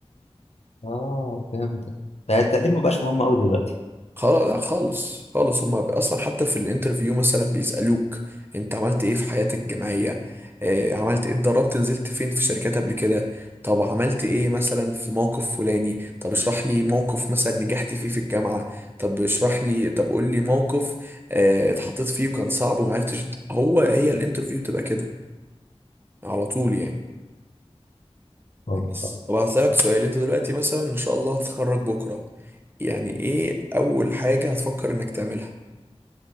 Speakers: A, on the left (about 75°); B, on the right (about 20°).
A: اه فهمت يعني التقدير ما بقاش مهم قوي دلوقتي
B: خلاص لا خالص خالص هما اصلا حتى في الانترفيو مثلا بيسألوك انت عملت ايه في حياتك الجامعية آه، عملت ايه اتدربت نزلت فين في شركات قبل كده طب عملت ايه مثلا في موقف فلاني طب اشرح لي موقف مثلا نجحت فيه في الجامعة طب اشرح لي طب قول لي موقف آه، اتحطيت فيه وكان صعب وما عرفتش هو هي الانترفيو تبقى كده على طول يعني
A: فهمت
B: بس طب هسألك سؤال انت دلوقتي مثلا ان شاء الله هتتخرج بكرة يعني ايه اول حاجة هتفكر انك تعملها